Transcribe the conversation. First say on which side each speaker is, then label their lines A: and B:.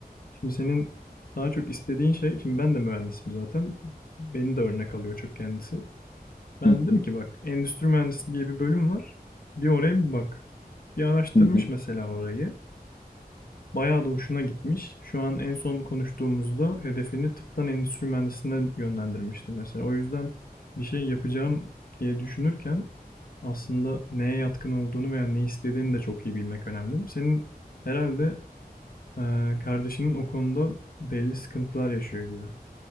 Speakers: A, on the left; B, on the left.
A: Şimdi senin daha çok istediğin şey, şimdi ben de mühendisim zaten. Beni de örnek alıyor çok kendisi. Ben
B: Hı hı.
A: dedim ki bak endüstri mühendisi diye bir bölüm var. Bir oraya bir bak. Bir araştırmış
B: Hı hı.
A: mesela orayı. Bayağı da hoşuna gitmiş. Şu an en son konuştuğumuzda hedefini tıptan endüstri mühendisliğine yönlendirmişti mesela. O yüzden bir şey yapacağım diye düşünürken aslında neye yatkın olduğunu veya ne istediğini de çok iyi bilmek önemli. Senin herhalde e, kardeşinin o konuda belli sıkıntılar yaşıyor gibi.